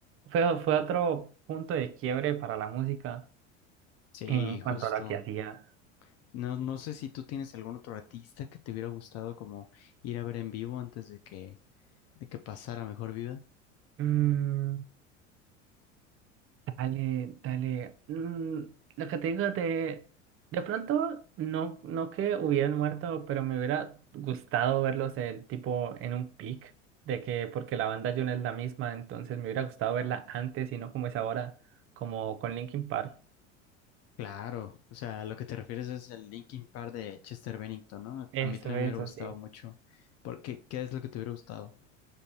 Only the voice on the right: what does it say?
fue, fue otro punto de quiebre para la música
en cuanto
a lo que hacía.
Mm, Dale, dale. Mm, lo que te digo de, de pronto, no, no que hubieran muerto, pero me hubiera gustado verlos en, tipo en un pic, de que, porque la banda June es la misma, entonces me hubiera gustado verla antes y no como es ahora, como con Linkin Park.
Eso,
eso,
sí.